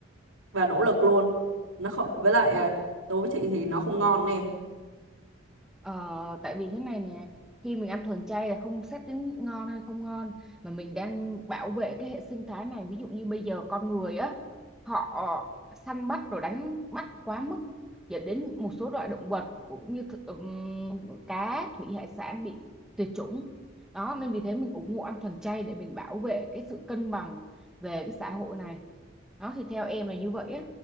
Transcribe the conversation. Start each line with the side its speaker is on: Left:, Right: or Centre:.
Right: và nỗ lực luôn nó không với lại à, đối với chị thì nó không ngon em
Centre: Ờ, tại vì thế này nè khi mình ăn thuần chay là không xét đến ngon hay không ngon mà mình đang bảo vệ cái hệ sinh thái này ví dụ như bây giờ con người á họ săn bắt rồi đánh bắt quá mức dẫn đến một số loại động vật cũng như th- ừm, cá thủy hải sản bị tuyệt chủng đó nên vì thế mình ủng hộ ăn thuần chay để mình bảo vệ cái sự cân bằng về cái xã hội này đó thì theo em là như vậy á